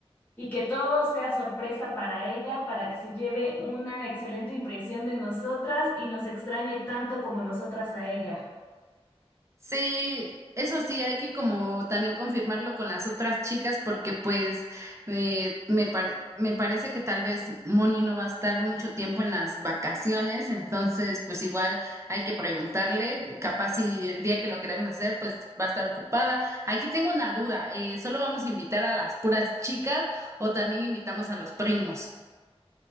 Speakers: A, on the left (about 20°); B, on the right (about 25°).
A: y que todo sea sorpresa para ella, para que se lleve una excelente impresión de nosotras y nos extrañe tanto como nosotras a ella.
B: Sí, eso sí, hay que como también confirmarlo con las otras chicas porque pues eh, me pare- me parece que tal vez Moni no va a estar mucho tiempo en las vacaciones, entonces pues igual hay que preguntarle, capaz si el día que lo queremos hacer pues va a estar ocupada. Aquí tengo una duda, eh, ¿solo vamos a invitar a las puras chicas o también invitamos a los primos?